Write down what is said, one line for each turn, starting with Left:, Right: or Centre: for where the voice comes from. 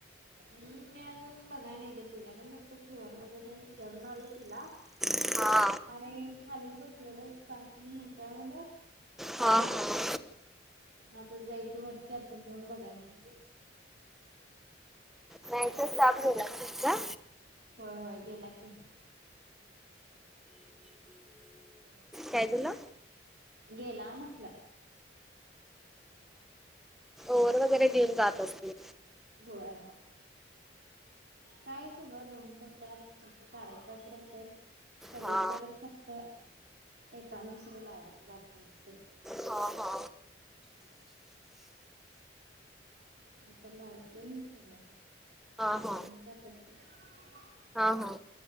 Right: हम् मी अजून बघाय नाही घ तझकण बघ त शे वर वगैरे जरण आळ होती ना
Centre: हा
Right: आणि खालीच बसलेलं असत म्हणत म्हण
Centre: हा हा
Right: आता जायचं वरती आता जाऊन बघायचं
Centre: नाही तर स्टाफ गेला का तुमचा
Right: हो हो गेलाके हो
Centre: काय तला
Right: गेत.
Centre: ओर वगैरे देऊन जात असते.
Right: होय हो. कायच ग लोन काढायच बाकीिरते कधी
Centre: हा
Right: तरच फक्त एका आणि दुसरं लावयच बाकी असते...
Centre: हा हा.
Right: नाही तर लावतोय मी सगळं
Centre: हा हा
Right: करून जातो.... <unintelligible>
Centre: हा हा....